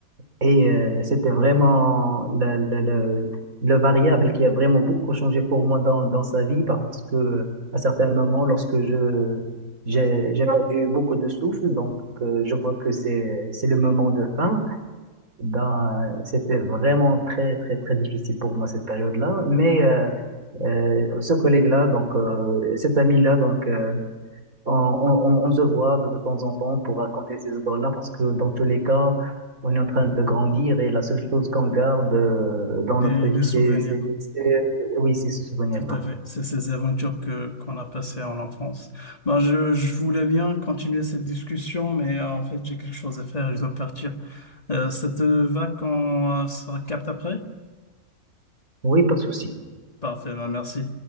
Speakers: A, on the right; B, on the left.
A: Et euh, c'était vraiment le, le, le, le variable qui a vraiment beaucoup changé pour moi dans, dans sa vie parce que à certains moments, lorsque je, j'ai, j'ai perdu beaucoup de souffle, donc euh, je vois que c'est, c'est le moment de fin. Ben, c'était vraiment très, très, très difficile pour moi cette période-là. Mais euh, euh, ce collègue-là, donc euh, cet ami-là, donc euh, on, on, on on se voit de temps en temps pour raconter ces histoires-là parce que dans tous les cas, on est en train de grandir et la seule chose qu'on garde euh, dans
B: et
A: notre vie,
B: les
A: c'est,
B: souvenirs.
A: c'est, c'est- oui, c'est ce souvenir-là.
B: Tout à fait. C'est ces aventures que qu'on a passées en enfance. Ben, je, je voulais bien continuer cette discussion, mais euh, en fait, j'ai quelque chose à faire, je dois partir. Euh, ça te va qu'on euh, se recapte après?
A: Oui, pas de souci.
B: Parfait, ben, merci.